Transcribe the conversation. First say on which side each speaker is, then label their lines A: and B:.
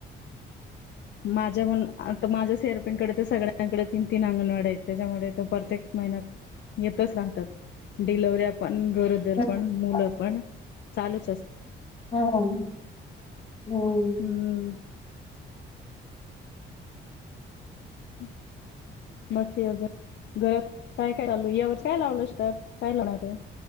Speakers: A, on the left; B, on the left.
A: माझ्या पण आता माझ्या सीआरपींकडे तर सगळ्यांकडे तीन तीन अंगणवाड्या आहेत त्याच्यामुळे ते प्रत्येक मेहनत, येतच राहतात डिलिवऱ्या पण गरोदर
B: हम्म
A: पण मुलं पण चालूच असत.
B: हम्म हम्म.
A: हम्म. <unintelligible> बाकी अजून, घरात काय काय चालू यावर काय लावल काय लावणार आहे?